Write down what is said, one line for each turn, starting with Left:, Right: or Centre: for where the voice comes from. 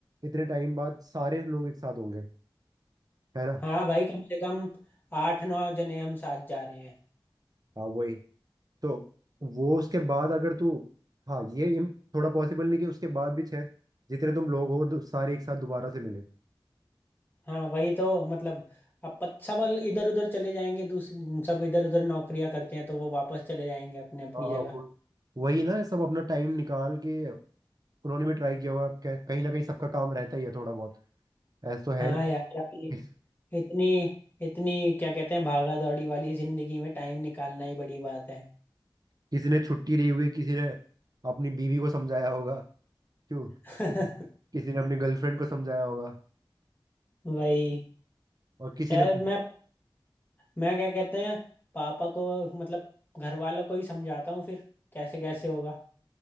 Right: इतने टाइम बाद सारे लोग एक साथ होंगे है ना
Left: हाँ भाई कम से कम आठ नौ जने हम साथ जा रहे हैं
Right: हाँ वही तो वो उसके बाद अगर तू हाँ ये इम- थोड़ा पॉसिबल नहीं कि उसके बाद भी छह जितने तुम लोग हो दो- सारे एक साथ दोबारा से मिले
Left: हाँ वही तो मतलब अब पत- सब इधर उधर चले जाएंगे दूसरे सब इधर उधर नौकरियां करते हैं तो वो वापस चले जाएंगे अपने अपनी
Right: हाँ
Left: जगह
Right: वो- वही ना सब अपना टाइम निकाल के उन्होंने भी ट्राई किया हुआ कह- कहीं ना कहीं सबका काम रहता ही है थोड़ा बहुत ऐसा तो है
Left: हाँ यार अभी
Right: नहीं
Left: इतनी इतनी क्या कहते हैं भागा दौड़ी वाली जिंदगी में टाइम निकालना ही बड़ी बात है
Right: किसी ने छुट्टी ली हुई किसी ने अपनी बीवी को समझाया होगा क्यों कि-
Left: <laughs>
Right: किसी ने अपनी गर्लफ्रेंड को समझाया होगा
Left: वही
Right: और किसी
Left: चल
Right: ने
Left: मैं मैं क्या कहते हैं पापा को मतलब घर वालों को ही समझाता हूँ फिर कैसे कैसे होगा